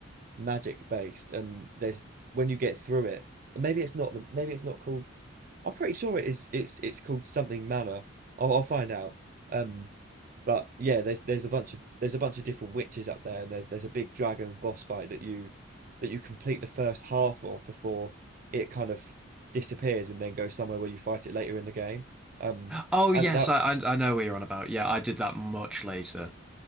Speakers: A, on the right; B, in the centre.
A: magic based, and there's when you get through it. And Maybe it's not the maybe it's not called I'm pretty sure it is. It's it's called something manor. I'll, I'll find out. Um, but yeah, there's there's a bunch of there's a bunch of different witches up there, and there's there's a big dragon boss fight that you that you complete the first half of before it kind of disappears and then goes somewhere where you fight it later in the game. Um,
B: Oh
A: and
B: yes,
A: that
B: I I, I know what you're on about. Yeah, I did that much later.